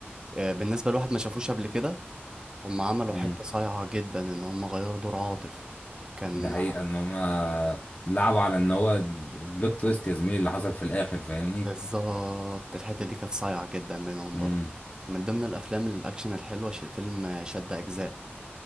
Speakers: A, on the right; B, on the left.
A: آه، بالنسبة لواحد ما شافوش قبل كده هم عملوا
B: امم
A: حتة صايعة جدا إن هم غيروا دور عاطف كان
B: ده حقيقة ان هم لعبوا على ان هو البلوت تويست يا زميلي اللي حصل في الاخر فاهمني
A: بالظبط الحتة دي كانت صايعة جدا منهم
B: امم
A: برضه من ضمن الأفلام الأكشن الحلوة ش- فيلم آه، شد أجزاء